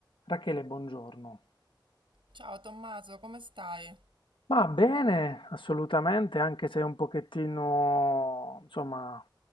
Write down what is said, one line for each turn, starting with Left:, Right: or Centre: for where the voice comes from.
Left: Rachele, buongiorno.
Right: Ciao Tommaso, come stai?
Left: Ma bene, assolutamente, anche se un pochettino, insomma,